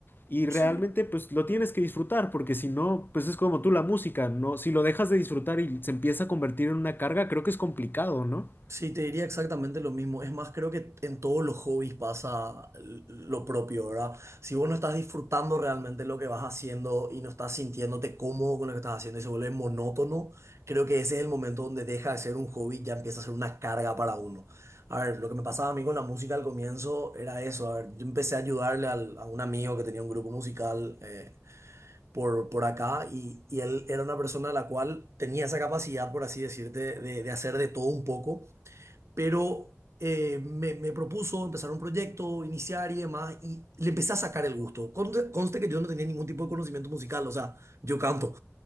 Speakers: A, on the left; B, on the right.
A: Y realmente
B: Sí.
A: pues lo tienes que disfrutar, porque si no, pues es como tú la música, ¿no? Si lo dejas de disfrutar y se empieza a convertir en una carga, creo que es complicado, ¿no?
B: Sí, te diría exactamente lo mismo. Es más, creo que en todos los hobbies pasa l- lo propio, ¿verdad? Si vos no estás disfrutando realmente lo que vas haciendo y no estás sintiéndote cómodo con lo que estás haciendo y se vuelve monótono, creo que ese es el momento donde deja de ser un hobby y ya empieza a ser una carga para uno. A ver, lo que me pasaba a mí con la música al comienzo era eso. A ver, yo empecé a ayudarle al- a un amigo que tenía un grupo musical. eh, por, por acá y, y él era una persona a la cual tenía esa capacidad, por así decirte, de, de hacer de todo un poco pero eh, me, me propuso empezar un proyecto, iniciar y demás, y le empecé a sacar el gusto. Conte- Conste que yo no tenía ningún tipo de conocimiento musical, o sea, yo canto,